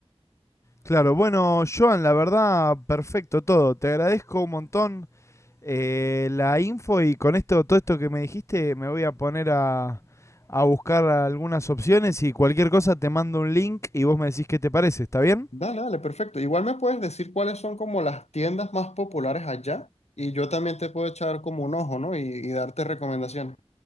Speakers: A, on the left; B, on the left.
A: Claro, bueno, Joan, la verdad, perfecto todo. Te agradezco un montón eh, la info y con esto, todo esto que me dijiste, me voy a poner a, a buscar algunas opciones y cualquier cosa te mando un link y vos me decís qué te parece, ¿está bien?
B: Dale, dale, perfecto. Igual me puedes decir cuáles son como las tiendas más populares allá y yo también te puedo echar como un ojo, ¿no? Y, y darte recomendaciones.